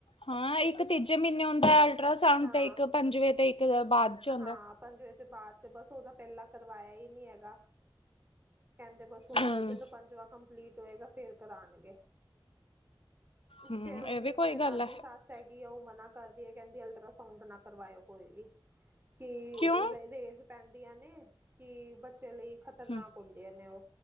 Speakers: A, on the left (about 85°); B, on the right (about 25°).
A: ਹਾਂ, ਇੱਕ ਤੀਜੇ ਮਹੀਨੇ ਹੁੰਦਾ ਅਲਟਰਾਸਾਊਂਡ
B: ਹਾਂ
A: ਤੇ ਇੱਕ ਪੰਜਵੇਂ ਤੇ ਇੱਕ ਬਾਅਦ ਚ ਆਉਂਦਾ।
B: ਹਾਂ ਪੰਜਵੇਂ ਚ ਬਾਅਦ ਚ ਬਸ ਉਹਦਾ ਪਹਿਲਾਂ ਕਰਵਾਇਆ ਹੀ ਨਹੀਂ ਹੈਗਾ ਕਹਿੰਦੇ ਬਸ। ਹੁਣ
A: ਹੂੰ।
B: ਜਦੋਂ ਪੰਜਵਾਂ ਕੰਪਲੀਟ ਹੋਏਗਾ ਫੇਰ ਕਰਾਣਗੇ।
A: ਹੂੰ
B: ਫੇਰ ਉਹਦੀ
A: ਇਹ ਵੀ
B: ਉੱਥੇ
A: ਕੋਈ ਗੱਲ
B: ਦਾਦੀ
A: ਹੈ
B: ਸੱਸ। ਹੈਗੀ ਆ ਉਹ ਮਨਾ ਕਰ ਰਹੀ ਹੈ ਕਹਿੰਦੀ ਅਲਟਰਾਸਾਊਂਡ ਨਾ ਕਰਵਾਇਓ ਕੋਈ ਵੀ ਕਿ
A: ਕਿਉਂ
B: ਰੇਜ਼ ਪੈਂਦੀਆਂ ਨੇ ਕਿ ਬੱਚੇ ਲਈ ਖ਼ਤਰਨਾਕ
A: ਹੂੰ
B: ਹੁੰਦੇਆਂ ਨੇ ਉਹ